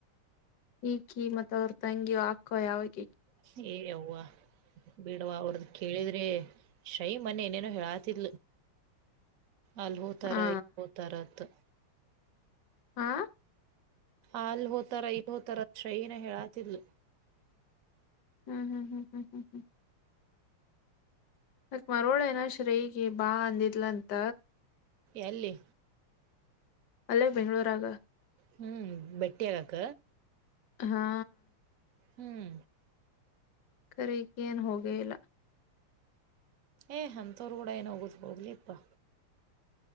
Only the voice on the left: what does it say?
ಈಕಿ ಮತ್ತ ಅವ್ರ ತಂಗಿ ಹಾಕೋ ಯಾವಾಗ
<inaudible>
ಹಾ
ಹಾ
ಹ್ಮ್ ಹ್ಮ್ ಹ್ಮ್ ಹ್ಮ್ ಹ್ಮ್ ಹ್ಮ್ ಮಕ್ ಮರೋಳನಾ ಶ್ರೇಗೆ ಬಾ ಅಂದಿದಲಂತ
ಅಲ್ಲೇ ಬೆಂಗ್ಳೂರಗ
ಹಾ
ಕರಕ್ಕೆ ಏನ್ ಹೋಗೇ ಇಲ್ಲ